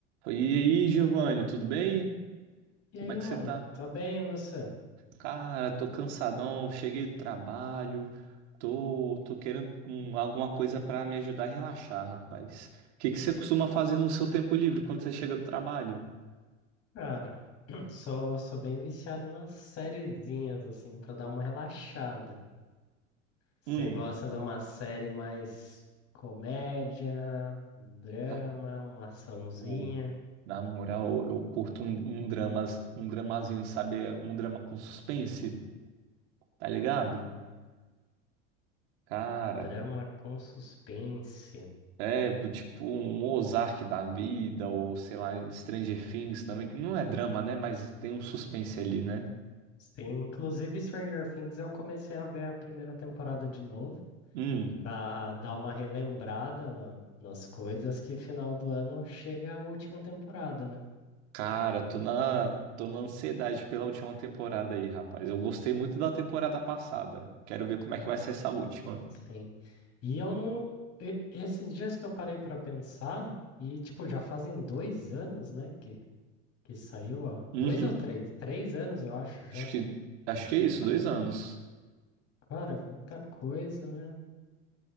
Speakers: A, on the right (about 70°); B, on the left (about 45°).
A: E aí, Giovanni, tudo bem?
B: E
A: Como
B: aí,
A: é que
B: mano?
A: você tá?
B: Tô bem, e você?
A: Cara, tô cansadão, cheguei do trabalho, tô, tô querendo hum, alguma coisa pra me ajudar a relaxar, rapaz. O que que você costuma fazer no seu tempo livre quando você chega do trabalho?
B: Cara, <clears throat> sou, sou bem viciado nas sériezinhas, assim, pra dar uma relaxada. Você
A: Hum,
B: gosta de uma série mais comédia, um drama,
A: ah,
B: uma açãozinha,
A: ô, na moral, eu curto um, um dramas, um dramazinho, sabe? Um drama com suspense, tá ligado?
B: um
A: Cara.
B: drama com suspense.
A: É, tipo um Ozark da vida, ou sei lá, Stranger Things também, que não é drama, né? Mas tem um suspense ali, né?
B: Sim, inclusive Stranger Things eu comecei a ver a primeira temporada de novo,
A: Hum,
B: pra dar uma relembrada na- nas coisas que final do ano chega a última temporada, né?
A: cara, tô na, tô na ansiedade pela última temporada aí, rapaz. Eu gostei muito da temporada passada. Quero ver como é que vai ser essa última.
B: Sim. E eu não. e- Esses dias que eu parei para pensar, e tipo, já fazem dois anos, né? Que, que saiu há.
A: Uhum,
B: Dois ou três? Três anos, eu acho já.
A: acho que, acho que é isso, dois anos.
B: Cara, muita coisa, né?